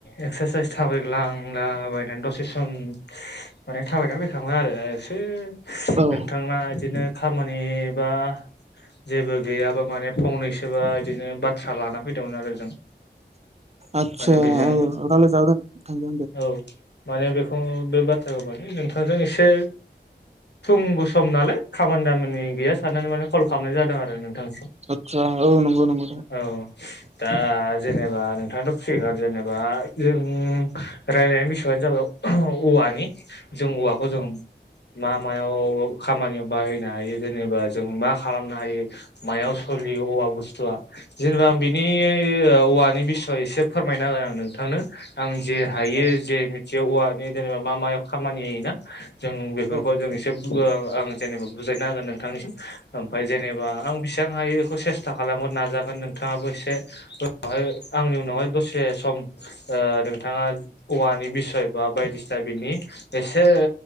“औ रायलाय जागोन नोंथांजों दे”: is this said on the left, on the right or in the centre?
Right